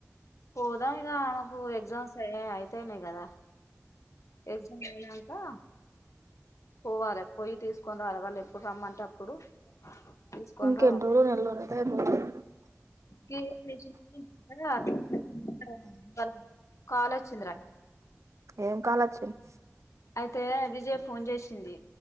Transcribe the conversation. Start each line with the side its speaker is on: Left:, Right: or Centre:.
Left: పోతా ఇగా ఆమెకు ఎగ్జామ్స్ అయితానాయి కదా ఎగ్జామ్ ఐనాకా పోవాలే పోయి తీసుకొని రాలే వాల్లెప్పుడ్రమ్మంటే అప్పుడు తీసుకొని
Right: ఇంకెండ్రోలు నెల్లూరైతాయ్ బోతాయ్
Left: కే ఫ్రిజ్ లో మైతాయ్ ఆడాయ్ ఆడాయ్ కాల్ లొచ్చిందిరా
Right: ఏం కాల్ వచ్చింది
Left: ఐతే విజయ ఫోన్ జేసిందీ